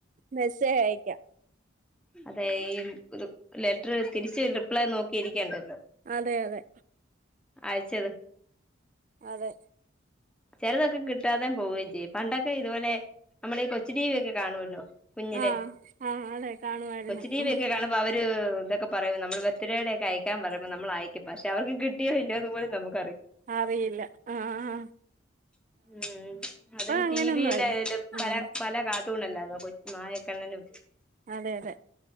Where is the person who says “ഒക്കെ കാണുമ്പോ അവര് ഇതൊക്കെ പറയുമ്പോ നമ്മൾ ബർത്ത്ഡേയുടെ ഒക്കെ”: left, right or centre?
Centre